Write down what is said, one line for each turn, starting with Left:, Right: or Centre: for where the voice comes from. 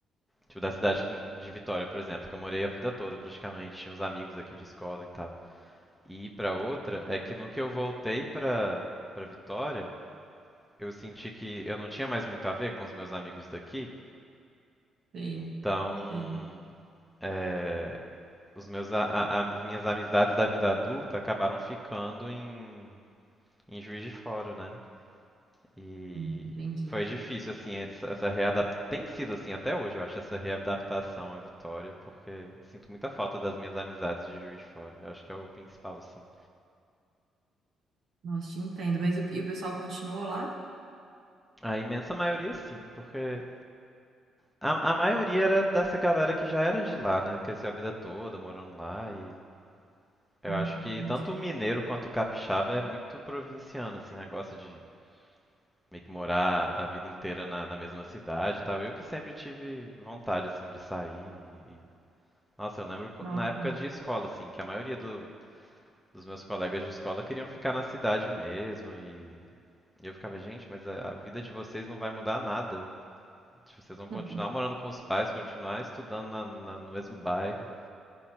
Centre: Tipo, da cidade em- de Vitória, por exemplo, que eu morei a vida toda praticamente, tinha uns amigos aqui de escola e tal. E ir pra outra é que no que eu voltei pra, pra Vitória, eu senti que eu não tinha mais muito a ver com os meus amigos daqui,
Right: Sei,
Centre: então.
Right: sei.
Centre: É, os meus, a- a- as minhas amizades da vida adulta acabaram ficando em, em Juiz de Fora, né? E
Right: Uhum. Entendi.
Centre: foi difícil, assim, essa, essa readaptação. Tem sido assim até hoje, eu acho, essa readaptação à Vitória, porque sinto muita falta das minhas amizades de Juiz de Fora. Eu acho que é o principal, assim.
Right: Nossa, te entendo. Mas e o e o pessoal continuou lá?
Centre: A imensa maioria, sim, porque a, a maioria era dessa galera que já era de lá, né? Cresceu a vida toda morando lá e. Eu
Right: Ah,
Centre: acho que
Right: entendi.
Centre: tanto o mineiro quanto o capixaba é muito provinciano, assim, negócio de meio que morar a vida inteira na, na mesma cidade e tal. Eu que sempre tive vontade, assim, de sair. e- Nossa, eu lembro co-
Right: Nossa.
Centre: na época de escola, assim, que a maioria do- dos meus colegas de escola queriam ficar na cidade mesmo. E e eu ficava, gente, mas a, a vida de vocês não vai mudar nada. Tipo, vocês vão continuar
Right: <laughs>
Centre: morando com os pais, continuar estudando na- na- no mesmo bairro.